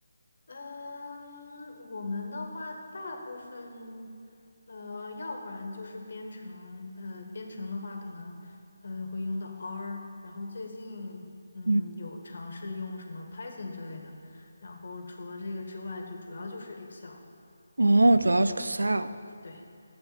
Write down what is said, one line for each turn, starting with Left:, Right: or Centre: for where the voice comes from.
Left: 嗯，我们的话，大部分，呃，要不然就是编程，呃，编程的话，可能，呃，会用到 R，然后最近，嗯，
Right: 嗯，
Left: 有尝试用什么 Python 之类的，然后除了这个之外，就主要就是 Excel，
Right: 哦，主要是 Excel。
Left: 对。